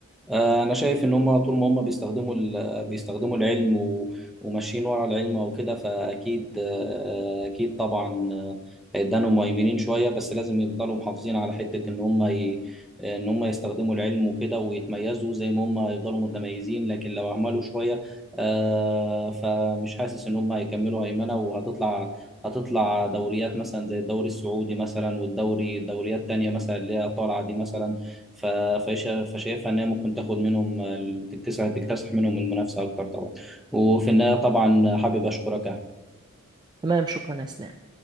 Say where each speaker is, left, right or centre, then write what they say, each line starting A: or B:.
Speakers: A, in the centre; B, on the right.
A: آه، انا شايف ان هم طول ما هم بيستخدموا ال- بيستخدموا العلم و- وماشيين ورا العلم او كده فاكيد آه، اكيد طبعا آه، هيدانهم مهيمنين شويه بس لازم يفضلوا محافظين على حته ان هم ي... ان هم يستخدموا العلم وكده ويتميزوا زي ما هم هيفضلوا متميزين لكن لو اهملوا شويه آه، فمش حاسس ان هم هيكملوا هيمنه وهتطلع هتطلع دوريات مثلا زي الدوري السعودي مثلا والدوري دوريات تانية مثلا اللي هي طالعه دي مثلا ف- فشا- فشايفها انها ممكن تاخد منهم ال- تكتسح تكتسح منهم المنافسه اكتر طبعا وفي النهايه طبعا حابب اشكرك يا
B: تمام شكرا يا اسلام